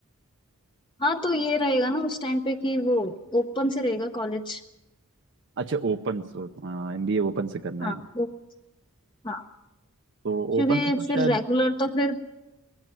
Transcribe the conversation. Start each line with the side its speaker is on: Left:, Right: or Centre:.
Left: हाँ तो ये रहेगा ना उस टाइम पे कि वो ओपन से रहेगा कॉलेज
Right: अच्छा ओपन सो एमबीए ओपन से करना
Left: हाँ
Right: है
Left: वो हाँ
Right: तो
Left: क्योंकि
Right: ओपन से तो
Left: फिर
Right: शायद
Left: रेगुलर तो फिर